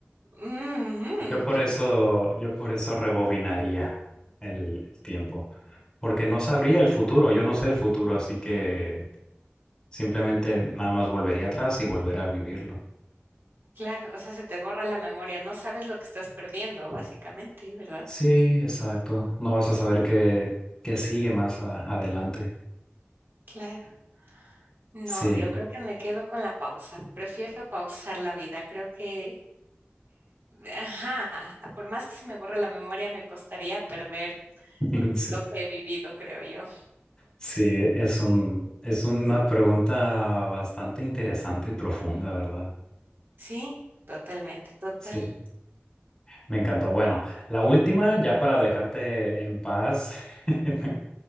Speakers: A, on the right; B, on the left.
A: Mm,
B: Yo por eso, yo por eso rebobinaría el, el tiempo, porque no sabría el futuro, yo no sé el futuro, así que simplemente nada más volvería atrás y volver a vivirlo.
A: claro, o sea, se te borra la memoria, no sabes lo que estás perdiendo, básicamente, ¿verdad?
B: Sí, exacto. No vas a saber qué, qué sigue más a- adelante.
A: Claro. No,
B: Sí,
A: yo creo que me quedo con la pausa. Prefiero pausar la vida. Creo que, ajá, por más que se me borre la memoria, me costaría perder
B: <laughs> Sí,
A: lo que he vivido, creo yo.
B: sí, es un, es una pregunta bastante interesante y profunda, ¿verdad?
A: Sí, totalmente, total.
B: Sí, me encantó. Bueno, la última, ya para dejarte en paz, <laughs>